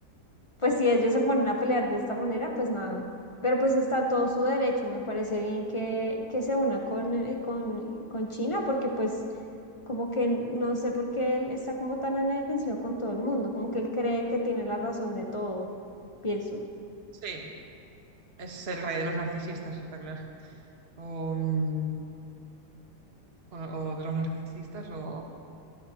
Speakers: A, on the left; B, on the right.
A: pues si ellos se ponen a pelear de esta manera, pues nada. Pero pues está todo su derecho. Me parece bien que, que se una con, eh, con, con China porque pues como que no sé por qué él está como tan en la defensiva con todo el mundo, como que él cree que tiene la razón de todo, pienso.
B: Sí, es el rey de los narcisistas, está claro. O, mm, o- o de los narcisistas o